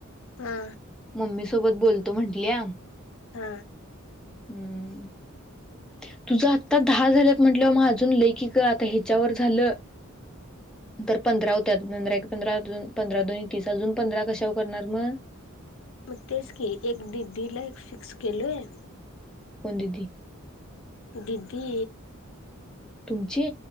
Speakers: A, on the left; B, in the centre.
A: हा
B: मम्मी सोबत बोलतो म्हटल्या
A: हा
B: हम्म <inaudible> तुझं आत्ता दहा झाल्यात म्हंटलंवर म अजून लैकी ग आता ह्याच्यावर झालं
A: ह <inaudible>
B: तर पंधरा होत्या पंधरा पंधरा पंधरा दोन तीस अजून पंधरा कशावर करणार मग
A: मग तेच की एक दी दी ला फिक्स केलो आहे
B: बंददी
A: दीदी
B: तुमची